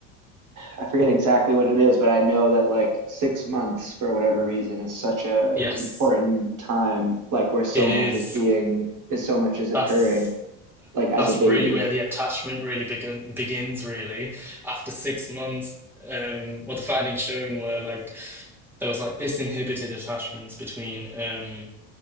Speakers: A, on the right; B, in the centre.
A: I forget exactly what it is, but I know that like six months for whatever reason is such a
B: yes,
A: important time, like where so
B: it is.
A: much is being is so much is occurring,
B: That's
A: like as
B: that's
A: a baby.
B: really where the attachment really begin, begins really. After six months, um what the findings shown were like there was like disinhibited attachments between um